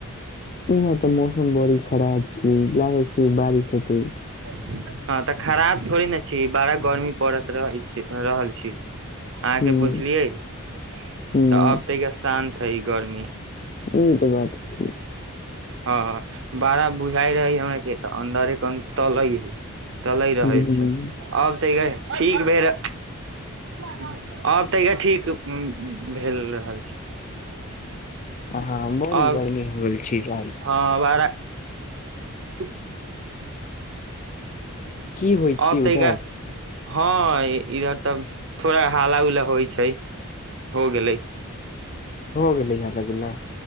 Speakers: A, on the left; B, on the right.
A: यहाँ तऽ मौसम बड़ी खराब छै लागे छै बारिश होते।
B: <unintelligible> हँ तऽ खराब थोड़े ने छी बड़ा गर्मी पड़त रहै छै। रहल छी अहाँके
A: हूं
B: बुझलियै तऽ
A: हूं
B: अब त शान रही ई गर्मी।
A: ई तऽ बात छी।
B: हँ बड़ा बुझााय रहै हमरा के तऽ अन्दरे कन तलै ह। चलहि रहल
A: हूं
B: छ आब तऽ ठीक भेल र <unintelligible> <unintelligible> आब तऽा ठीक भेल रहल।
A: ह बड़ी
B: अब
A: गर्मी होल छै र।
B: हँ बड़ा चुप
A: की होइ
B: आब
A: छी
B: तै
A: उधर
B: क हँ इधर तब थोड़ा हाला उला होइ छै हो गेले।
A: हो गेलै यहाँ तग <unintelligible>